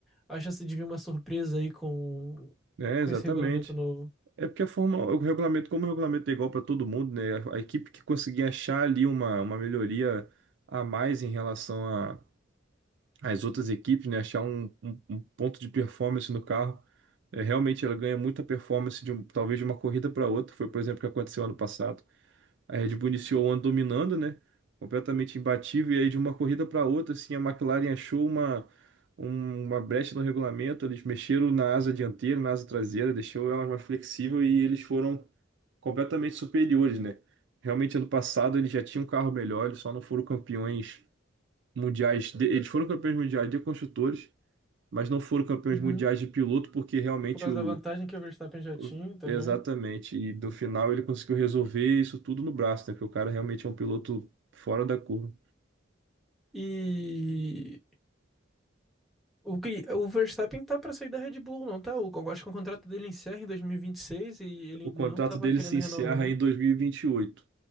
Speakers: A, in the centre; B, on the right.
A: a chance de vir uma surpresa aí com,
B: É,
A: com
B: exatamente.
A: esse regulamento novo.
B: É porque a forma, o regulamento, como o regulamento é igual para todo mundo, né? A, a equipe que conseguir achar ali uma, uma melhoria a mais em relação a, as outras equipes, né, achar um, um- um ponto de performance no carro. É, realmente ela ganha muita performance de um- talvez de uma corrida para outra. Foi, por exemplo, o que aconteceu ano passado. A Red Bull iniciou o ano dominando, né? Completamente imbatível. E aí, de uma corrida para outra, assim, a McLaren achou uma, um- uma brecha no regulamento. Eles mexeram na asa dianteira, na asa traseira, deixou ela mais flexível e eles foram completamente superiores, né? Realmente, ano passado, eles já tinham um carro melhor, eles só não foram campeões mundiais, de- eles foram campeões mundiais de construtores, mas não foram campeões
A: Uhum.
B: mundiais de piloto, porque realmente
A: Por causa
B: o,
A: da vantagem que o Verstappen já
B: o-
A: tinha também.
B: Exatamente, e no final ele conseguiu resolver isso tudo no braço, né? Porque o cara realmente é um piloto fora da curva.
A: E... O que, o Verstappen tá pra sair da Red Bull, não tá? O, eu acho que o contrato dele encerra em dois mil e vinte e e seis e ele
B: O
A: ainda
B: contrato
A: não tava
B: dele
A: querendo
B: se encerra
A: renovar.
B: em dois mil e e vinte e oito.